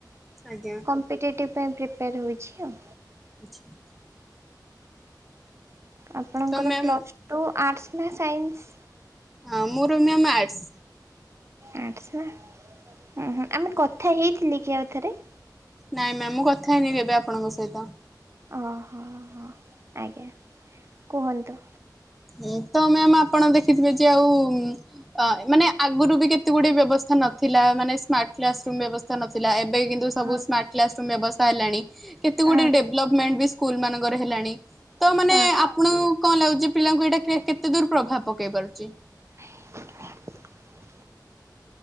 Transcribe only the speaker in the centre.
ଆଜ୍ଞା।
ଆଚ୍ଛା।
ତ ମ୍ୟାମ୍
ହଁ ମୋର ମ୍ୟାମ୍ ଆର୍ଟ୍ସ।
ନାଇଁ ମ୍ୟାମ୍ ମୁଁ କଥା ହେଇନି କେବେ ଆପଣଙ୍କ ସହିତ।
ଉଁ ତ ମ୍ୟାମ୍ ଆପଣ ଦେଖିଥିବେ ଯେ ଆଉ ଅ ମାନେ ଆଗରୁ ବି କେତେ ଗୁଡିଏ ବ୍ୟବସ୍ଥା ନଥିଲା ମାନେ ସ୍ମାର୍ଟ କ୍ଲାସ୍ <inaudible> ବ୍ୟବସ୍ଥା ନଥିଲା ଏବେ କିନ୍ତୁ ସବୁ
ସ୍ମାର୍ଟ କ୍ଲାସ୍ <inaudible> ବ୍ୟବସ୍ଥା ହେଲାଣି କେତେଗୁଡ଼ିଏ
ଡେଭଲ୍ପମେଣ୍ଟ ବି ସ୍କୁଲ ମାନଙ୍କରେ ହେଲାଣି ତ ମାନେ
ଆପଣଙ୍କୁ କଁ ଲାଗୁଚି? ପିଲାଙ୍କୁ ଏଇଟା କେ କେତେ ଦୂର୍ ପ୍ରଭାବ ପକେଇ ପାରୁଚି?